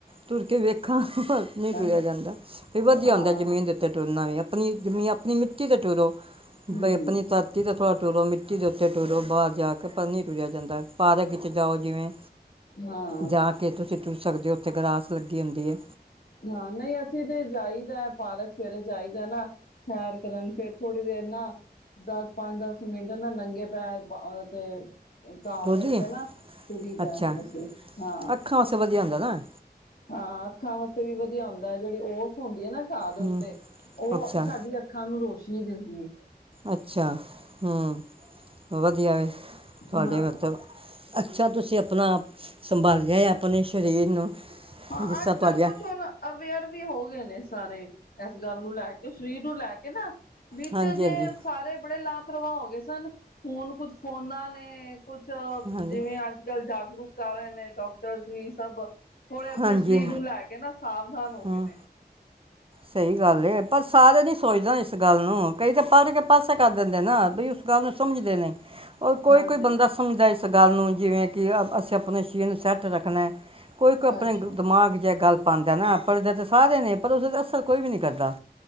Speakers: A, on the right; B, on the left.
A: ਤੁਰ ਕੇ ਵੇਖਾਂ ਨਹੀਂ
B: ਹਾਂ,
A: ਟੁਰਿਆ ਜਾਂਦਾ ਵੀ ਵਧੀਆ
B: ਹਾਂ,
A: ਹੁੰਦਾ ਜਮੀਨ ਦੇ ਉੱਤੇ ਟੁਰਨਾ ਵੀ ਆ ਆਪਣੀ ਜੰਮੀਂ, ਆਪਣੀ ਮਿੱਟੀ 'ਤੇ ਟੁਰੋ
B: ਹੂੰ,
A: ਬਈ ਆਪਣੀ <unintelligible> ਥੋੜਾ ਤੁਰੋ, ਮਿੱਟੀ ਦੇ ਉੱਤੇ ਟੁਰੋ, ਬਾਰ ਜਾ ਕੇ ਪਰ ਨੀ ਟੁਰਿਆ ਜਾਂਦਾ। ਪਾਰਕ 'ਚ ਜਾਓ ਜਿਵੇਂ
B: ਹਾਂ।
A: ਜਾ ਕੇ ਤੁਸੀਂ ਟੁਰ ਸਕਦੇ ਔ, ਉੱਥੇ ਗਰਾਸ ਲੱਗੀ ਹੁੰਦੀ ਏ।
B: ਨਾ, ਨਈ ਅਸੀਂ ਤੇ ਜਾਈਦਾ ਪਾਰਕ ਸਵੇਰੇ ਜਾਈਦਾ ਨਾ ਸੈਰ ਕਰਨ, ਫਿਰ ਥੋੜ੍ਹੀ ਦੇਰ ਨਾ ਦਸ-ਪੰਜ-ਦਸ ਮਿੰਟ ਨਾ ਨੰਗੇ ਪੈਰ ਔਦੇ'ਤੇ ਕਾ
A: ਟੁਰਦੀ
B: ਦੇ ਉੱਤੇ
A: ਹੈ
B: ਨਾ ਤੁਰੀ ਦਾ
A: ਅੱਛਾ
B: ਫਿਰ ਅਸੀਂ ਹਾਂ।
A: ਅੱਖਾਂ ਵਾਸਤੇ ਵਧੀਆ ਹੁੰਦਾ ਨਾ
B: ਹਾਂ, ਅੱਖਾਂ ਵਾਸਤੇ ਵੀ ਵਧੀਆ ਹੁੰਦਾ ਏ ਜਿਹੜੀ ਔਸ ਹੁੰਦੀ ਏ ਨਾ ਘਾ ਦੇ ਉੱਤੇ,
A: ਹੂੰ
B: ਔ
A: ਅੱਛਾ
B: ਸਾਡੀ ਅ ਅੱਖਾਂ ਨੂੰ ਰੋਸ਼ਨੀ ਦਿੰਦੀ ਏ।
A: ਅੱਛਾ, ਹੂੰ, ਵਧੀਆ ਵੇ ਤੁਹਾਡੇ
B: ਹਾਂ,
A: ਮਤਲਬ ਅੱਛਾ, ਤੁਸੀਂ ਆਪਣਾ ਆਪ ਸੰਭਾਲਿਆ ਹੋਯਾ ਆਪਣੇ ਸ਼ਰੀਰ ਨੂੰ।
B: ਹਾਂ,
A: ਜਿਸ
B: ਅੱਜ
A: ਤਰ੍ਹਾਂ
B: -
A: ਤੁਹਾਡੇ
B: ਕੱਲ੍ਹ ਕੁਛ
A: ਹਾਂ
B: ਹੁਨ ਅਵੇਅਰ ਵੀ ਹੋ ਗਏ ਨੇ ਸਾਰੇ। ਐਸ ਗੱਲ ਨੂੰ ਲੈ ਕੇ, ਸ਼ਰੀਰ ਨੂੰ ਲੈ ਕੇ ਨਾ, ਵਿੱਚ
A: ਹਾਂਜੀ
B: ਜੇ
A: ਹਾਂਜੀ
B: ਸਾਰੇ ਬੜੇ ਲਾ ਪ੍ਰਵਾ ਹੋ ਗਏ ਸਨ, ਹੁਨ ਕੁੱਛ ਫੋਨਾਂ ਨੇ ਕੁਛ
A: ਹਾਂਜੀ
B: ਜਿਵੇਂ ਅੱਜ ਕਲ ਜਾਗਰੂਕ ਕਰ ਆਏ ਨੇ ਡਾਕਟਰਸ ਵੀ ਸਭ, ਥੋੜੇ ਆਪਣੇ
A: ਹਾਂਜੀ
B: ਸ਼ਰੀਰ ਨੂੰ ਲੈ ਕੇ ਨਾ ਸਾਵਧਾਨ ਹੋ
A: ਹੂੰ
B: ਗਏ ਨੇ।
A: ਸਹੀ ਗੱਲ ਏ, ਪਰ ਸਾਰੇ ਨੀ ਸੋਚਦੇ ਇਸ ਗੱਲ ਨੂੰ। ਕਈ ਤਾਂ ਪੜ੍ਹ ਕੇ ਪਾਸੇ ਕਰ ਦਿੰਦੇ ਨਾ ਬਈ ਗੱਲ ਨੂੰ ਸਮਝਦੇ ਨਈ, ਔਰ ਕੋਈ-ਕੋਈ
B: ਹਾਂਜੀ,
A: ਬੰਦਾ ਸ ਸਮਝਦਾ ਇਸ ਗੱਲ ਨੂੰ ਜਿਵੇਂ ਕਿ ਅਸੀਂ ਆਪਨੇ ਸਰੀਰ ਨੂੰ ਸੈੱਟ ਰੱਖਨਾ ਐ। ਕੋਈ-ਕੋਈ ਆਪਣੇ
B: ਹਾਂਜੀ,
A: ਦਿਮਾਗ 'ਚ ਏ ਗੱਲ ਪਾਂਦੈ ਨਾ, ਪੜ੍ਹਦੇ ਤੇ ਸਾਰੇ ਨੇ ਪਰ ਉਸ ਉਤੇ ਅਸਰ ਕੋਈ ਵੀ ਨੀ ਕਰਦਾ।